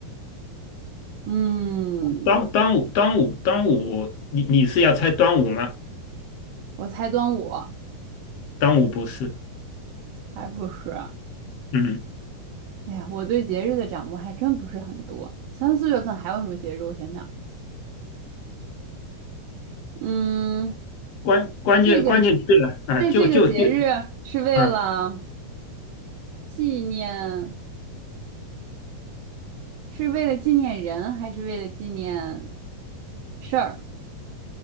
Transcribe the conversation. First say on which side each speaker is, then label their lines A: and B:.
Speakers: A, on the right; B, on the left.
A: 嗯，
B: 端端午，端午，端午，你你是要猜端午吗？
A: 我猜端午
B: 端午不是，
A: 还不是。
B: 嗯，
A: 哎呀，我对节日的掌握还真不是很多。三四月份还有什么节日？我想想，嗯，
B: 关关键关键对了啊，
A: 这个这这个节日是为了
B: 就就就，嗯
A: 纪念，是为了纪念人，还是为了纪念事儿？